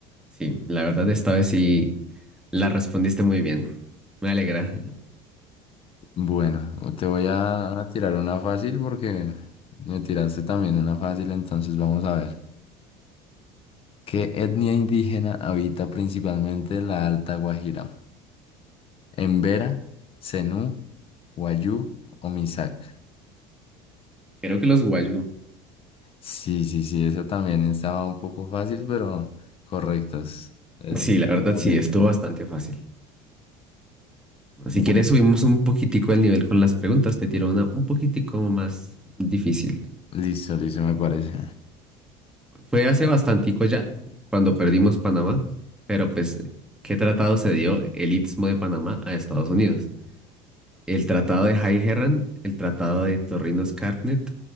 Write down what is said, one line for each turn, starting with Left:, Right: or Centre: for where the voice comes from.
Centre: Sí, la verdad esta vez sí la respondiste muy bien. Me alegra.
Left: Bueno, te voy a a tirar una fácil porque me tiraste también una fácil, entonces vamos a ver. ¿Qué etnia indígena habita principalmente la Alta Guajira? Embera, Zenú, Wayuu o Misak.
Centre: Creo que los guayú.
Left: Sí, sí, sí, esa también estaba un poco fácil, pero correctos. Es
Centre: Sí,
Left: decir,
Centre: la verdad
Left: valió.
Centre: sí, estuvo bastante fácil. Si
Left: Bueno,
Centre: quieres subimos un poquitico el nivel con las preguntas, te tiro una un poquitico más difícil.
Left: listo, listo, me parece.
Centre: Fue hace bastantico ya, cuando perdimos Panamá, pero pues, ¿qué tratado se dio el Istmo de Panamá a Estados Unidos? El tratado de High Herran, el tratado de Torrinos Carnet-